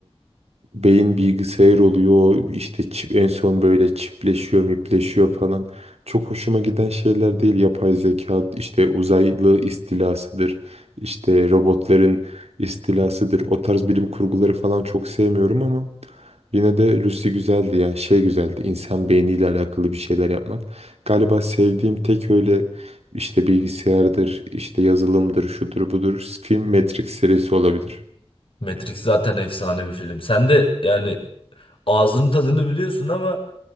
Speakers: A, on the right; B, on the left.
A: beyin bilgisayar oluyor işte çip, en son böyle çipleşiyor mipleşiyor falan. Çok hoşuma giden şeyler değil yapay zeka işte uzaylı istilasıdır işte robotların istilasıdır o tarz bilim kurguları falan çok sevmiyorum ama yine de Lucy güzeldi ya şey güzeldi insan beyniyle alakalı bir şeyler yapmak. Galiba sevdiğim tek öyle işte bilgisayardır işte yazılımdır şudur budur film Matrix serisi olabilir.
B: Matrix zaten efsane bir film. Sen de yani ağzının tadını biliyorsun ama